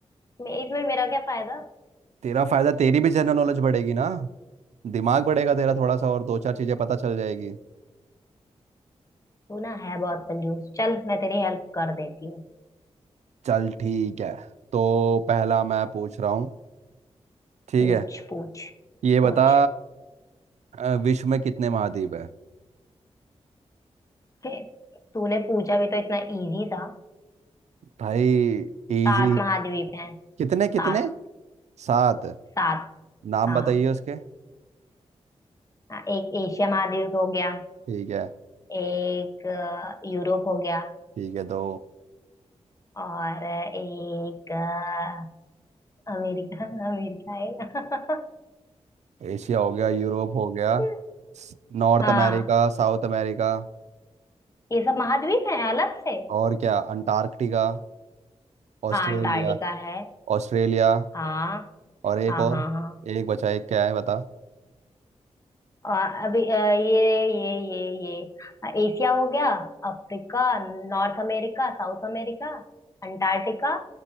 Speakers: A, on the left (about 30°); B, on the right (about 80°).
A: मैं इसमें मेरा क्या फायदा
B: तेरा फायदा तेरी भी जनरल नॉलेज बढ़ेगी ना दिमाग बढ़ेगा तेरा थोड़ा सा और दो चार चीजें पता चल जाएगी
A: तू ना है बहुत कंजूस चल मैं तेरी हेल्प कर देती हूँ
B: चल ठीक है तो पहला मैं पूछ रहा हूँ ठीक
A: पूछ
B: है
A: पूछ
B: ये बता
A: पूछ
B: अ, विश्व में कितने महाद्वीप है
A: हे, तूने पूछा भी तो इतना इजी था
B: भाई इजी
A: सात महाद्वीप हैं
B: कितने कितने
A: सात
B: सात
A: सात
B: नाम
A: हाँ
B: बताइए उसके
A: हाँ, एक एशिया महाद्वीप हो गया
B: ठीक है
A: एक अ, यूरोप हो गया
B: ठीक है तो
A: और एक अ, अमेरिका <laughs> अमेरिका है
B: एशिया हो गया यूरोप हो गया
A: <laughs>
B: नॉर्थ
A: हाँ
B: अमेरिका साउथ अमेरिका
A: ये सब महाद्वीप हैं अलग से
B: और क्या अंटार्कटिका ऑस्ट्रेलिया
A: हाँ अंटार्कटिका है
B: ऑस्ट्रेलिया
A: हाँ
B: और एक
A: हाँ
B: और
A: हाँ हाँ
B: एक बचा एक क्या है बता
A: और अभी अ, ये ये ये ये अ, एशिया हो गया Africa North America south America Antarctica